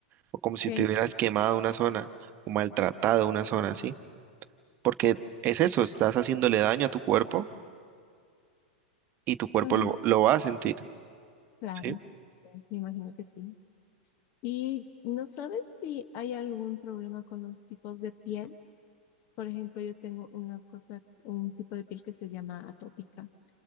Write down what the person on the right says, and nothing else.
o como si
te hubieras quemado una zona o maltratado una zona, ¿sí? Porque es eso, estás haciéndole daño a tu cuerpo y tu cuerpo
lo, lo va a sentir,
¿sí?